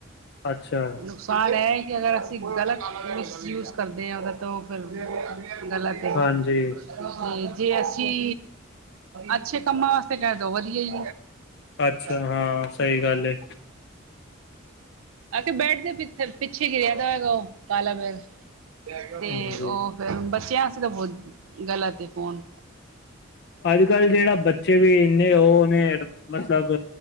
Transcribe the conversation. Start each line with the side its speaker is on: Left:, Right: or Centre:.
Left: ਅੱਛਾ।
Right: ਨੁਕਸਾਨ ਇਹ ਹੈ, ਕਿ ਅਗਰ ਅਸੀਂ ਗਲਤ, ਮਿਸਯੂਜ ਕਰਦੇ ਹਾਂ ਉਹਦਾ। ਤਾਂ ਉਹ ਫੇਰ ਗਲਤ ਹੈ।
Left: ਹਾਂਜੀ
Right: ਤੇ ਜੇ ਅਸੀਂ, ਅੱਛੇ ਕੰਮਾਂ ਵਾਸਤੇ ਕਹਿ ਦਓ ਵਧੀਆ ਜੀ
Left: ਅੱਛਾ
Right: <unintelligible> <inaudible>
Left: ਹਾਂ ਸਹੀ ਗੱਲ ਹੈ
Right: ਆ ਕੇ ਬੈਡ ਦੇ ਪਿੱਛੇ ਗਿਰਿਆ ਦਾ ਉਹ ਕਾਲਾ ਬੈਗ ਤੇ
Left: ਹਾਂਜੀ
Right: ਉਹ ਫੇਿਰ, ਬੱਚਿਆਂ ਵਾਸਤੇ ਤਾਂ ਬਹੁਤ ਗਲਤ ਏ ਫੋਨ
Left: ਅੱਜ ਕੱਲ੍ਹ ਜਿਹੜਾ ਬੱਚੇ ਵੀ ਜੰਨੇ ਉਹ ਨੇ, ਮਤਲਬ